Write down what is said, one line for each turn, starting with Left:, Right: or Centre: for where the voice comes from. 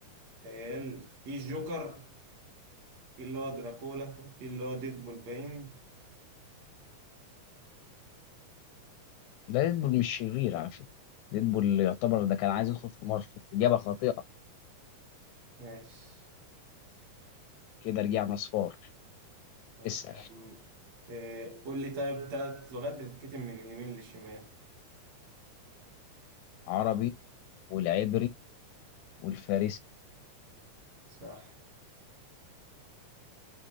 Right: خيال في جوكر في اللي هو دراكولا وفي اللي هو ديدبول باين
Left: ده ديدبول مش شرير على فكرة ديدبول يعتبر ده كان عايز يدخل في مارفل إجابة خاطئة
Right: ماشي
Left: كده رجعنا صفار
Right: ماشي
Left: اسأل
Right: يا عم إيه. قول لي طيب تلات لغات بتتكتب من اليمين للشمال
Left: عربي والعبري والفارسي
Right: صح